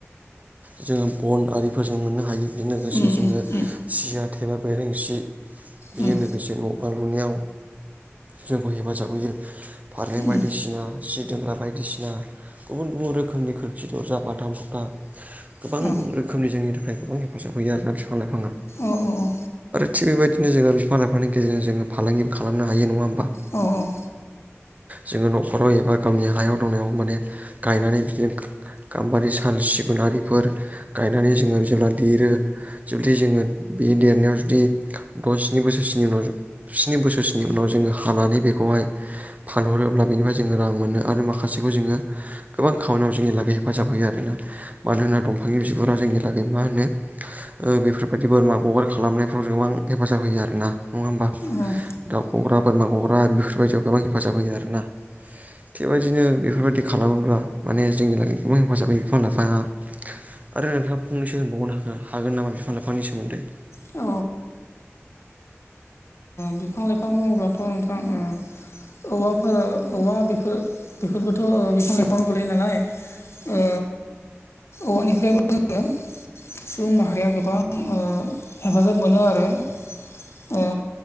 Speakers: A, on the right; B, on the left.
A: जोङो बन आरिफोरजों मोननो हायो। बेजों लोगोसे
B: उम
A: जोङो
B: उम
A: सिया थेबा बेरेंसि बेयो
B: उम
A: नों लोगोसे न' बां लुनायाव जोंखौ हेफाजाब होयो फालें
B: उम
A: बायदिसिना
B: उम
A: सि दाग्रा बायदिसिना गुबुन गुबुन रोखोमनि खोरखि दरजा बाथाम खुथा गोबां
B: औ
A: रोखोमनि जोंनि थाखाय गोबां हेफाजाब होयो आरोना बिफां लाइफां
B: औ औ औ।
A: थिग बेबायदिनो जोङो बिफां लाइफां गेरजों फालांगिबो खालामनो हायो नङा होमबा?
B: अ औ।
A: जोङो न'खराव एबा गावनि हायाव दंनायाव माने गायनानै बिदिनो गाम्बारि साल सिगुनारिफोर गायनानै जोङो जेब्ला देरो जुदि जोङो बे देरनायाव जुदि द' सिनि बोसोरसोनि उनाव सिनि बोसोरसोनि उनाव जोङो हानानै बेखौहाय फानहरोब्ला बेनिफ्राय जोङो रां मोनो आरो माखासेखौ जोङो गोबां खामानियाव जोङो लागाय हेफाजाब होयो आरोना मानो होना दंफांनि बिगुरा जोंनि थाखाय मा होनो बेफोरबायदि बोरमा गग्रा खालामनायफ्राव गोबां हेफाजाब होयो आरोना। नङा होमबा?
B: होम।
A: दाउ गग्रा, बोरमा गग्रा बेफोरबायदियाव गोबां हेफाजाब होयो आरोना। थिगबायदिनो बेफोरबायदि खालामोब्ला माने जोंनि लागै गोबां हेफाजाब होयो बिफां लाइफाङा। आरो नोंथाङा फंनैसो होनबावनो हागोन नामा बिफां लाइफांनि सोमोन्दै?
B: औ। बिफां लाइफां बुङोब्लाथ' नोंथां ओ औवाफोर औवा बेफोर बेफोरबोथ' बिफां लाइफाङाव गोलैयो नालाय। ओ औवानिफ्रायबो जोङो सुबुं माहारिया गोबां ओ हेफाजाब मोनो आरो ओ